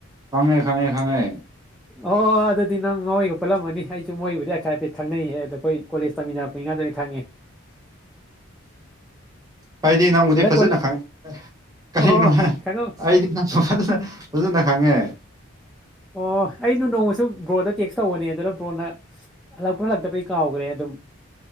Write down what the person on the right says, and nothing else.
ꯈꯉꯦ ꯈꯥꯉꯦ ꯈꯥꯉꯦ
ꯀꯥꯏꯗꯤ ꯅꯪꯕꯨꯗꯤ
ꯐꯖꯅ
ꯈꯉꯦ ꯀꯔꯤꯅꯣꯅꯦ
ꯑꯩꯗꯤ ꯐꯖꯅ ꯐꯖ ꯈꯉꯦ